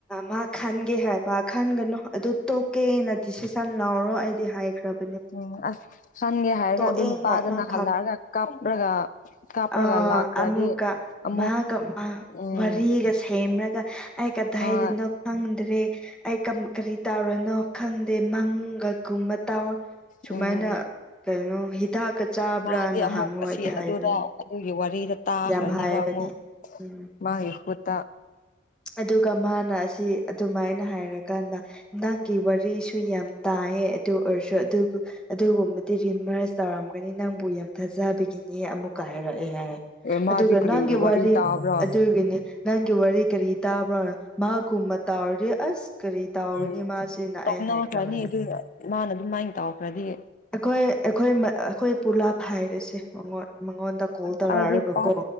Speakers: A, in the centre; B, on the left.
A: ꯃꯥ ꯈꯟꯒꯦ ꯍꯥꯏꯕ ꯈꯟꯒꯅꯨ ꯑꯗꯨ ꯇꯣꯛꯀꯦꯅ ꯗꯤꯁꯤꯖꯟ ꯂꯧꯔꯣ ꯑꯩꯗꯤ ꯍꯥꯏꯈ꯭ꯔꯕ
B: ꯎꯝ ꯑꯁ ꯍꯟꯒꯦ ꯍꯥꯏꯔꯒ
A: ꯇꯣꯛꯑꯦꯅ
B: ꯑꯗꯨ ꯅꯨꯄꯥꯗꯨꯅ
A: ꯅꯪ
B: ꯍꯜꯂꯛꯑꯒ ꯀꯥꯞꯔꯒ ꯀꯥꯞꯔꯒ
A: ꯑ
B: ꯂꯥꯛꯈ꯭ꯔꯗꯤ
A: ꯑꯃꯨꯛꯀ
B: ꯑꯃꯨꯛ
A: ꯃꯥꯒ ꯃꯥ
B: ꯎꯝ
A: ꯋꯥꯔꯤꯒ ꯁꯦꯝꯔꯒ ꯑ ꯀꯗ
B: ꯍꯣꯏ
A: ꯍꯥꯏꯗ ꯅꯣ ꯈꯪꯗ꯭ꯔꯦ ꯑꯩ ꯀꯔꯤ ꯇꯧꯔꯅꯣ ꯈꯪꯗꯦ ꯃꯪꯒꯒꯨꯝꯕ ꯇꯥꯎ ꯁꯨꯃꯥꯏꯅ
B: ꯎꯝ
A: ꯀꯩꯅꯣ ꯍꯤꯗꯥꯛꯀ ꯆꯥꯕ꯭ꯔꯥꯅ
B: ꯃꯥꯗꯤ ꯑꯃꯨꯛ
A: ꯍꯥꯡꯉꯣ ꯍꯥꯏꯗꯤ
B: ꯑꯁꯤ
A: ꯍꯥꯏꯕꯅꯦ
B: ꯑꯗꯨꯗ ꯑꯗꯨꯒꯤ ꯋꯥꯔꯤꯗ ꯇꯥꯈ꯭ꯔꯅꯤꯕ
A: ꯌꯥꯝ ꯍꯥꯏꯕꯅꯦ
B: ꯑꯃꯨꯛ
A: ꯎꯝ
B: ꯃꯥꯒꯤ ꯈꯨꯨꯠꯇ
A: ꯑꯗꯨꯒ ꯃꯥꯅ ꯑꯁꯤ ꯑꯗꯨꯃꯥꯏꯅ ꯍꯥꯏꯔꯀꯥꯟꯗ ꯅꯪꯒꯤ ꯋꯥꯔꯤꯁꯨ ꯌꯥꯝ ꯇꯥꯏꯌꯦ ꯑꯗꯨ ꯑꯣꯏꯔꯁꯨ ꯑꯗꯨꯕꯨ ꯑꯗꯨꯒꯨꯝꯕꯗꯤ ꯔꯤꯃꯔꯁ ꯇꯧꯔꯝꯒꯅꯤ ꯅꯪꯕꯨ ꯌꯥꯝ ꯊꯥꯖꯕꯒꯤꯅꯤ ꯑꯃꯨꯛꯀ ꯍꯥꯏꯔꯛꯑꯦ ꯍꯥꯏ
B: ꯑꯦ ꯃꯥꯗꯤ
A: ꯑꯗꯨꯒ
B: ꯀꯔꯤꯒꯤ
A: ꯅꯪꯒꯤ ꯋꯥꯔꯤ
B: ꯇꯥꯕ꯭ꯔꯥ
A: ꯑꯗꯨꯒꯤꯅꯤ ꯅꯪꯒꯤ ꯋꯥꯔꯤ ꯀꯔꯤ ꯇꯥꯕ꯭ꯔꯣ ꯃꯥꯒꯨꯝꯕ ꯇꯥꯎꯔꯗꯤ ꯑꯁ ꯀꯔꯤ ꯇꯥꯎꯒꯅꯤ
B: ꯎꯝ
A: ꯃꯥꯁꯤꯅ
B: ꯇꯣꯛꯅꯈ꯭ꯔꯅꯤ
A: ꯑꯩ ꯍꯥꯏꯈ꯭ꯔꯕꯅꯤ
B: ꯑꯗꯨꯅ ꯃꯥꯅ ꯑꯗꯨꯃꯥꯏꯅ ꯇꯧꯈ꯭ꯔꯗꯤ
A: ꯑꯩꯈꯣꯏ ꯑꯩꯈꯣꯏ ꯑꯩꯈꯣꯏ ꯄꯨꯂꯥꯞ ꯍꯥꯏꯔꯁꯦ ꯃꯉꯣꯟ ꯃꯉꯣꯟꯗ ꯀꯣꯜ
B: ꯑꯁ
A: ꯇꯧꯔꯛꯑꯒꯀꯣ
B: ꯑꯩꯗꯤ ꯄꯥꯛ